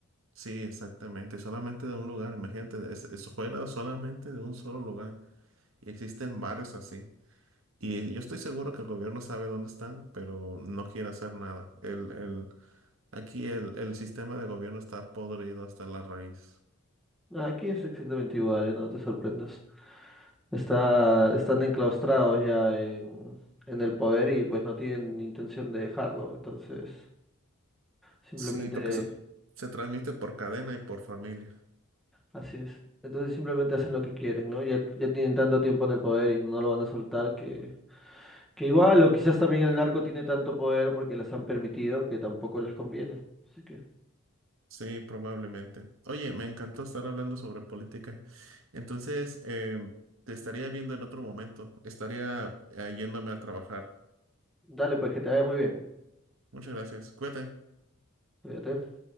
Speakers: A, on the right (about 65°); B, in the centre.
A: Sí, exactamente, solamente de un lugar, imagínate, es- eso fuera solamente de un solo lugar y existen varios así. Y yo estoy seguro que el gobierno sabe dónde están, pero no quiere hacer nada. El, el, aquí el, el sistema de gobierno está podrido hasta la raíz.
B: Ah, Aquí es exactamente igual, ¿eh? No te sorprendas. Está, están enclaustrados ya en, en el poder y pues no tienen intención de dejarlo. Entonces, simplemente
A: Sí, porque se, se transmite por cadena y por familia.
B: Así es. Entonces simplemente hacen lo que quieren, ¿no? Ya, ya tienen tanto tiempo en el poder y no lo van a soltar que, que igual, o quizás también el narco tiene tanto poder porque les han permitido que tampoco les conviene. Así que,
A: Sí, probablemente. Oye, me encantó estar hablando sobre política. Entonces, em, te estaría viendo en otro momento. Estaría eh, yéndome a trabajar.
B: dale, pues que te vaya muy bien.
A: Muchas gracias. Cuídate.
B: Cuídate.